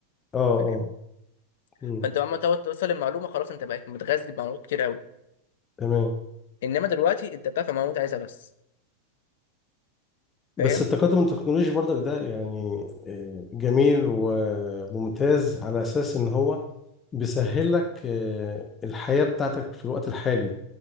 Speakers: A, on the left (about 20°); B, on the left (about 55°).
A: اه
B: فاهم
A: اه مم.
B: فانت لما تقعد توصل للمعلومة خلاص انت بقيت متغذي بمعلومات كتير قوي
A: تمام
B: انما دلوقتي انت بتعرف المعلومات اللي عايزها بس فاهم
A: بس التقدم التكنولوجي برضك ده يعني آه، جميل وممتاز على اساس ان هو بيسهل لك آه، الحياة بتاعتك في الوقت الحالي